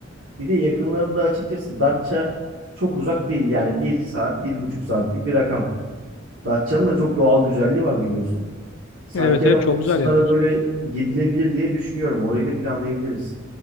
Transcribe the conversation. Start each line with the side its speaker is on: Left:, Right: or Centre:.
Right: Bir de yakınlarında açıkçası Datça çok uzak değil. Yani bir saat, bir buçuk saat gibi bir rakam. Datça'nın da çok doğal güzelliği var biliyorsun. Sanki
Left: Evet
Right: yani
Left: evet
Right: o
Left: çok
Right: kısımlara
Left: güzel yerler.
Right: böyle gidilebilir diye düşünüyorum. Orayı da planlayabiliriz.